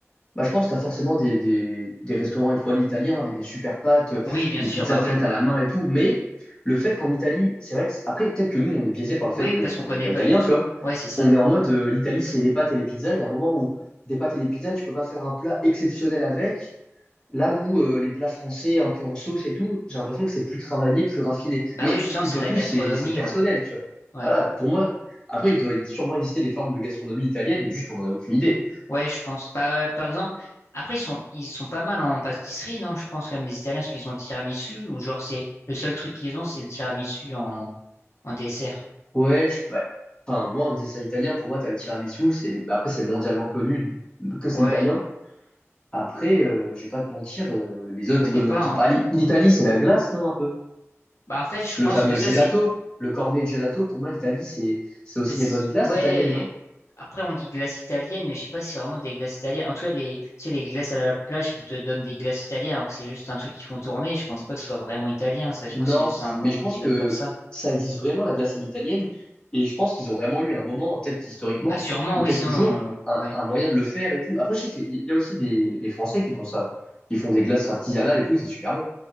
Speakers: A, on the left; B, on the left.
A: Bah, je pense que tu as forcément des, des, des restaurants étoilés italiens avec des super pâtes, euh,
B: Oui, bien
A: des
B: sûr,
A: pizzas
B: bah
A: faites
B: oui.
A: à la main et tout. Mais le fait qu'en Italie, c'est vrai que, c'est- après, peut-être que nous, on est biaisé par le
B: Oui,
A: fait qu'on
B: parce
A: n'est
B: qu'on connaît
A: pas
B: pas
A: italien,
B: du tout.
A: tu vois.
B: Ouais, c'est ça.
A: On est en mode, euh, l'Italie, c'est les pâtes et les pizzas. Il y a un moment où des pâtes et des pizzas, tu peux pas faire un plat exceptionnel avec. Là où euh, les plats français, un peu en sauce et tout, j'ai l'impression que c'est plus travaillé, plus raffiné.
B: Bah
A: Mais
B: oui, justement,
A: une
B: c'est
A: fois
B: de
A: de
B: la
A: plus,
B: gastronomie,
A: c'est c'est personnel,
B: ouais.
A: tu vois.
B: Ouais.
A: Voilà, pour moi, après, il doit sûrement exister des formes de gastronomie italienne, mais juste, on n'en a aucune idée.
B: Ouais, je pense. Par, par exemple, après, ils sont, ils sont pas mal en pâtisserie, non? Je pense, comme les Italiens, parce qu'ils ont le tiramisu, ou genre, c'est le seul truc qu'ils ont, c'est le tiramisu en, en dessert.
A: Ouais, je- bah, enfin, moi, un dessert italien, pour moi, t'as le tiramisu, c'est, bah, après, c'est mondialement connu que c'est
B: Ouais,
A: italien. Après, euh, je vais pas te mentir, euh, les autres
B: on connaît
A: euh,
B: pas,
A: trucs,
B: hein.
A: bah, l'I- l'Italie, c'est la glace, non, un peu?
B: Bah, en fait, je
A: Le
B: pense
A: fameux
B: que ça,
A: gelato,
B: c'est,
A: le cornet gelato, pour moi, l'Italie, c'est, c'est aussi
B: bah, c'est-
A: les bonnes glaces
B: ouais,
A: italiennes, non?
B: après, on dit glace italienne, mais je sais pas si c'est vraiment des glaces italiennes. En tout cas, les, tu sais, les glaces à la plage qui te donnent des glaces italiennes, alors que c'est juste un truc qu'ils font tourner, je pense pas que ce soit vraiment italien, ça. Je
A: Non,
B: pense que c'est juste un nom
A: mais je pense
B: qu'ils
A: que
B: donnent comme ça.
A: ça existe vraiment, la glace à l'italienne, et je pense qu'ils ont vraiment eu un moment, peut-être historiquement,
B: Bah, sûrement,
A: ou
B: oui,
A: peut-être
B: sinon,
A: toujours, un,
B: on- ouais.
A: un moyen de le faire et tout. Après, je sais qu'il y a aussi des, les Français qui font ça, qui font des glaces artisanales et tout, et c'est super bon.